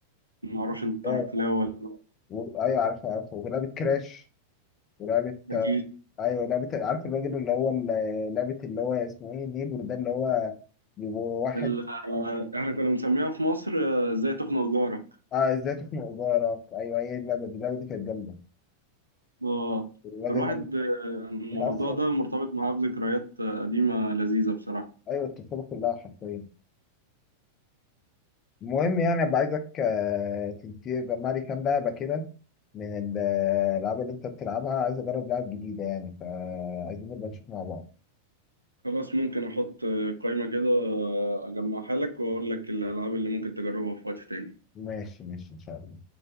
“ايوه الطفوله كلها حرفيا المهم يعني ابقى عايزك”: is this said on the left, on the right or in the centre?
Left